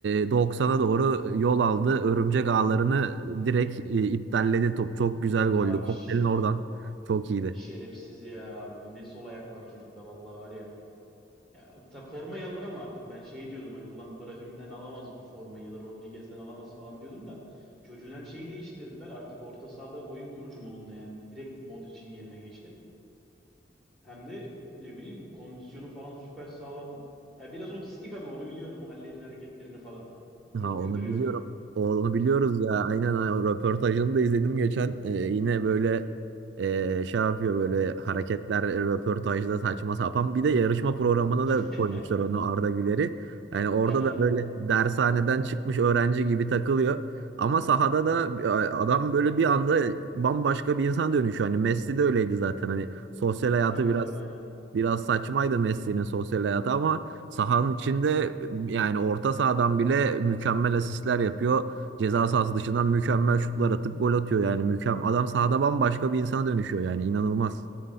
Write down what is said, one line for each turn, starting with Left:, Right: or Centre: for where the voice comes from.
Right: e, 90'a doğru yol aldı. Örümcek ağlarını direkt e, iptalledi top. Çok güzel goldü.
Centre: Abi
Right: Kornel'in
Centre: ş-
Right: oradan. Çok iyiydi.
Centre: şerefsiz ya abi. Ne sol ayak var çocukta vallahi var ya. Ya ta formayı alır ama artık ben şey diyordum hani ulan Brahim'den alamaz bu formayı ya da Rodriguez'den alamaz falan diyordum da çocuğun hem şeyi değiştirdiler artık orta sahada oyun kurucu modunda yani direkt Modric'in yerine geçti. Hem de ne bileyim kondisyonu falan süper sağlam. Ya biraz otistik ama onu biliyorsun hallerini hareketlerini falan.
Right: Ha
Centre: Çok
Right: onu
Centre: güldürüyor
Right: biliyorum.
Centre: beni.
Right: Onu biliyoruz ya. Aynen ha, o röportajını da izledim geçen. Ee, yine böyle ee, şey yapıyor böyle hareketler e, röportajda saçma sapan. Bir de yarışma programına da
Centre: <laughs>
Right: koymuşlar onu Arda Güler'i. Yani orada
Centre: Valla.
Right: da böyle dershaneden çıkmış öğrenci gibi takılıyor. Ama sahada da e, adam böyle bir anda bambaşka bir insan dönüşüyor. Hani Messi de öyleydi zaten. Hani sosyal hayatı
Centre: Tabii
Right: biraz
Centre: tabii aynen.
Right: biraz saçmaydı Messi'nin sosyal hayatı ama Sahanın içinde yani orta sahadan bile mükemmel asistler yapıyor. Ceza sahası dışından mükemmel şutlar atıp gol atıyor yani mükemmel. Adam sahada bambaşka bir insana dönüşüyor yani inanılmaz.